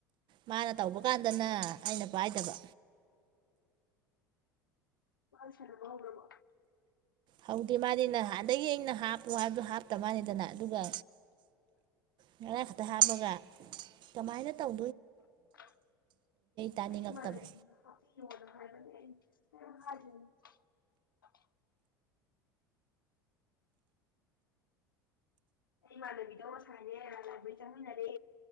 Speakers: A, on the right; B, on the left.
A: ꯃꯥꯅ ꯇꯧꯕ ꯀꯥꯟꯗꯅ ꯑꯩꯅ ꯄꯥꯏꯗꯕ
B: ꯃꯥꯏ ꯁꯥꯅꯕ ꯍꯧꯔꯕꯣ
A: ꯍꯧꯗꯤ ꯃꯥꯗꯤ ꯅꯍꯥꯟꯗꯒꯤ ꯑꯩꯅ ꯍꯥꯞꯄꯨ ꯍꯥꯏꯕꯗꯣ ꯍꯥꯞꯇ ꯃꯅꯤꯗꯅ ꯑꯗꯨꯒ ꯉꯥꯔꯥꯡ ꯈꯛꯇ ꯍꯥꯞꯄꯒ ꯀꯃꯥꯏ ꯅ ꯇꯧ
B: <unintelligible>
A: ꯇꯥꯅꯤꯡꯉꯛꯇꯕ
B: <unintelligible> ꯑꯩ ꯏꯃꯥꯟꯅꯕꯤꯗꯣ ꯉꯁꯥꯏꯅꯦ ꯂꯥꯏꯕ꯭ꯔꯤ ꯆꯪꯃꯤꯟꯅꯔꯦ